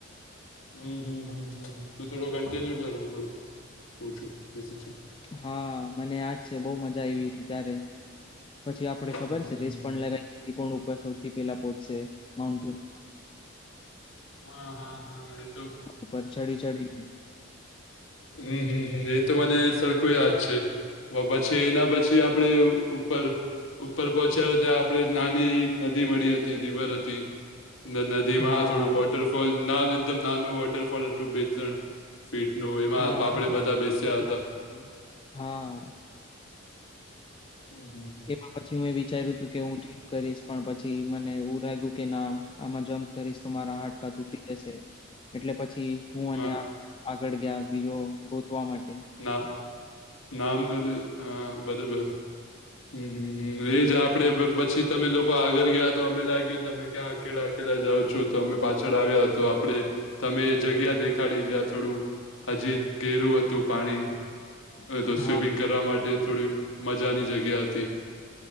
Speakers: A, on the left (about 75°); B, on the left (about 25°).
A: હમ્મ-હમ્મ-હમ્મ-હમ્મ. તું થોડો કન્ટિન્યુ કર, હું થોડું <unintelligible>
B: હા મને યાદ છે. બહુ મજા આયવી હતી ત્યારે. પછી આપણે
A: હમ
B: ખબર
A: હમ
B: છે રેસ
A: હમ. હમ.
B: પણ લગાઈ કે કોણ ઉપર સૌથી પેલા પહોંચશે. માઉન્ટેન <inaudible>
A: હા હા હા એ તો
B: <inaudible> ઉપર ચડી-ચડીને
A: હમ્મ-હમ્મ-હમ્મ. એ તો મને સરખું યાદ છે. <unintelligible> પછી એના પછી આપણે ઉપર ઉપર પહોંચ્યા તો ત્યાં આપણે નાની એક નદી મળી હતી, રિવર હતી. ને નદીમાં
B: હા,
A: થોડું વોટરફોલ, ના હવે એકદમ નાનું વોટરફોલ હતું બે-ત્રણ ફીટ નું એમાં
B: હા
A: આપણે બધા
B: એકદમ
A: બેસ્યા હતા.
B: ના હા.
A: હમ્મ, હમ્મ.
B: એમાં પછી મેં વિચાર્યું તું કે હું જમ્પ કરીશ પણ મને એવું લાગ્યું ના આમાં જમ્ કરીશ તો મારા હાડકા તૂટી જશે એટલે પછી હું
A: હમ.
B: અને
A: હા
B: આમ આગળ ગ્યા બીજો ગોતવા માટે.
A: ના નામ નલી અ બરેબર. હમ્મ, હમ્મ, હમ્મ, એજ આપડે પછી તમે લોકો આગળ ગ્યા તો અમે લાગ્યું તમે ક્યાં કેલા અકેલા જાઉં છો તો અમે પાછળ આવ્યા તો આપડે તમે એ જગ્યા દેખાડી જ્યાં થોડું હજી ઘેરું હત તું પાણી તો સ્વિમિંગ
B: હા.
A: કરવા માટે થોડી મજા ની જગ્યા હતી.